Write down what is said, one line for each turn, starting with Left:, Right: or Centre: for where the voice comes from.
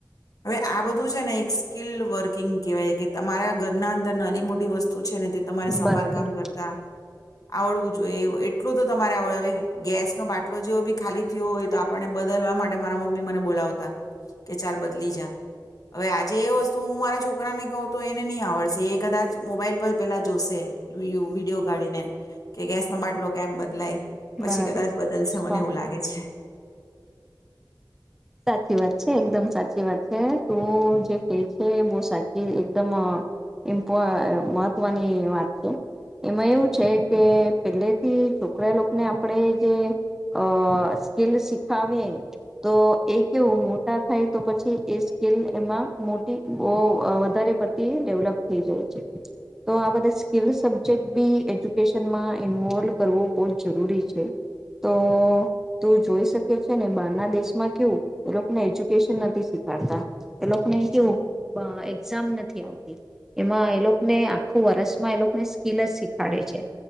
Left: હવે આ બધું છે ને એક સ્કીલ વર્કિંગ કેહેવાય કે તમારા ઘરના અંદર નાની મોટી વસ્તુ છે ને તે તમારે સમાર
Centre: બરાબર
Left: કામ કરતા આવડવું જોઈએ એ એટલું તો તમારે આવડ ગેસનોો બાટલો જેવો બી ખાલી થયો હોય તો આપણને બદલવા માટે મારા મમ્મી મને બોલાવતા કે ચાલ બદલી જા હવે આજે એ વસ્તુ હું મારા છોકરાને કહું તો એને નહી આવડશે એ કદાચ મોબાઈલ પર પેલા જોશે વિડીયો કાઢીને કે ગેસનો બાટલો કેમ બદલાય પછી
Centre: બરાબર
Left: કદાચ બદલશે
Centre: સ્ટોપ
Left: મને એવું લાગે છે <inaudible>
Centre: સાચી વાત છે એકદમ સાચી વાત છે તું જે ક છે બહુ સાચી એકદમ અ ઇમ્પો મહત્વની વાત છે એમાં એવું છે કે પેલેથી છોકરા લોકોને આપણેે જે અ સ્કીલ શીખાવીએ તો એ કેવું મોટા થાય તો પછી એ સ્કેલ એમાં મો બો અ વધારે ડેવલપ થઈ જાય છે તો આ બઘી સ્કીલ સબ્જેક્ટ બી એજ્યુકેશનમાં ઈન્વોલ્ કરવું બ જરૂરી છે તો તું જોઈ શકે છે ને બ દેશમાં કેવું એ લોકને એજુકેશન નથી શીખાડતા એ લોકોને કેું એક્ઝામ નથી આવતી એમાં એ લોકોને આખું વર્ષમાં એ લોકોને સ્કિલ જ શીખાડે છે